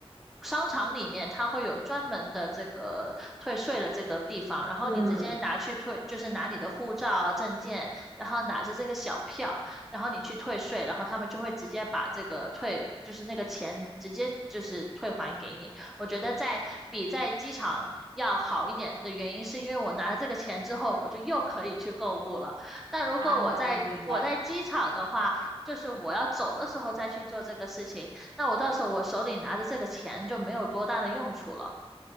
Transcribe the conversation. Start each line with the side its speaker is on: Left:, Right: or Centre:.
Centre: 商场里面，它会有专门的这个退税的这个地方，然后你直接拿去退，
Right: 嗯，
Centre: 就是拿你的护照啊、证件，然后拿着这个小票，然后你去退税，然后他们就会直接把这个退，就是那个钱直接就是退还给你。我觉得在比在机场要好一点的原因，是因为我拿了这个钱之后，我就又可以去购物了。但如果我在我在机场的话，
Right: 啊，明白。
Centre: 就是我要走的时候再去做这个事情，那我到时候我手里拿着这个钱就没有多大的用处了。